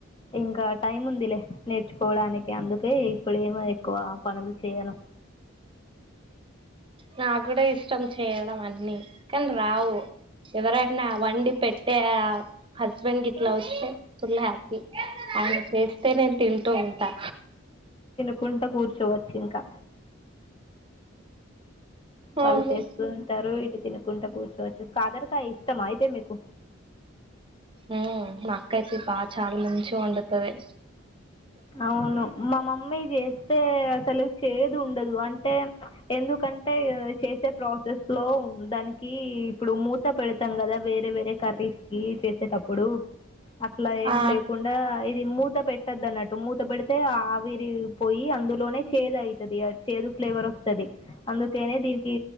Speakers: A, on the left (about 25°); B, on the right (about 25°).
A: ఇంకా టైం ఉందిలే నేర్చుకోవడానికి అందుకే ఇప్పుడేమో ఎక్కువ పనులు చేయను
B: నాక్ కూడా ఇష్టం చేయడం అన్ని కానీ రావు ఎవరైనా వండి పెట్టే ఆ హస్బెండ్ గిట్లా వస్తే ఫుల్ హ్యాపీ అయన చేస్తే నేను తింటూ ఉంటా
A: కుంట కూర్చోవచ్చు ఇంకా వాళ్ళు
B: అవును
A: చేస్తూ ఉంటారు ఇటు తిన్ కుంట కూర్చోవచ్చు కాకరకాయ ఇష్టం అయితే మీకు
B: ఉ మ అక్క అయితే బాగ్ చాలా మంచిగా వండుతుంది
A: అవును మా మమ్మీ చేస్తే అసలు చేదు ఉండదు అంటే ఎందుకంటే చేసే ప్రాసెస్ లో దానికి ఇప్పుడు మూ త పెడతాం కదా వేరే వేరే కర్రీస్ కి చేసేటప్పుడు అట్లా ఏం
B: ఆ
A: లేకుండా ఇది మూత పెట్టదు అన్నట్ మూత పెడితే ఆవిరి పోయి అందులోనే చేదు అయితది చేదు ఫ్లేవర్ వస్తది అందుకేనే దీనికి